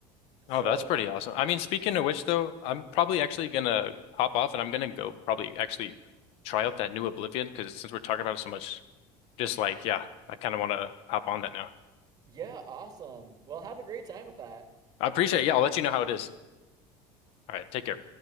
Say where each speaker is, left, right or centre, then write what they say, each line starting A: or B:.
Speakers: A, on the right; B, on the left.
A: So
B: Oh, that's pretty awesome. I mean, speaking of which, though, I'm probably actually gonna hop off and I'm gonna go probably actually try out that new Oblivion because since we're talking about it so much, just like, yeah, I kind of want to hop on that now.
A: yeah, awesome. Well, have a great time with that.
B: I appreciate it. Yeah, I'll let you know how it is. All right, take care.